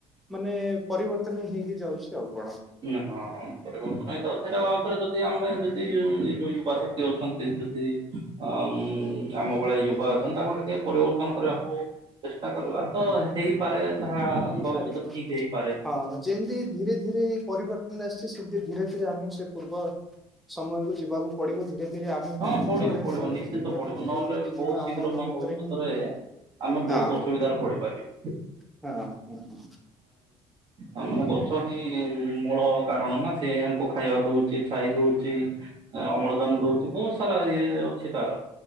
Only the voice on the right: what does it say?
ହଁ ହଁ ସେଟା ଆଉଥରେ <unintelligible> ଯଦି ଆମେ ଯଦି ଉଁ ଏଇ ଯୋଉ ଯୁବା ଶକ୍ତି ଅଛନ୍ତି ଯଦି ଅ ଆମ ଭଳିଆ ୟୁ ବା ଅଛନ୍ତି, ତାକୁ ଟିକେ ପରିବର୍ତ୍ତନ କରିବାକୁ ଚେଷ୍ଟା କରିବା। ତ ହେଇପାରେ, ତାହା
ଭବିଷ୍ୟତରେ ଠିକ ହେଇପାରେ।
ହଁ
ପଡିବ
ପଡିବ
ନିଶ୍ଚିତ
ପଡିବ।
ନହେଲେ
ବହୁତ
ଶୀଘ୍ର
ମ
ଭବିଷ୍ୟତରେ
ଆମେ
ବହୁତ ଅସୁବିଧାରେ ପଡିପାରିବି।
ଆ ମାନେ ଗଛ ହିଁ ମୂଳ କାରଣ ନା ସେ ହିଁ ଆମକୁ ଖାଇବା ଦଉଚି, ଛାଇ ଦଉଚି, ଅମ୍ଳଜାନ ଦଉଚି। ବୁସ୍ ସାରା ଇଏ ଅଛି ତାର।